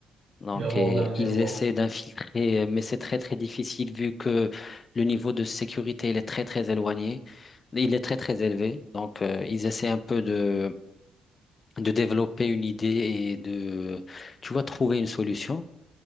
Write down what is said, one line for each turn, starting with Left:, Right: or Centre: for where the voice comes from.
Left: Donc,
Right: le Robin
Left: euh,
Right: des
Left: ils
Right: Bois.
Left: essaient d'infiltrer, euh, mais c'est très, très difficile vu que le niveau de sécurité, il est très, très éloigné. Il est très, très élevé. Donc, euh, ils essaient un peu de, de développer une idée et de, tu vois, trouver une solution.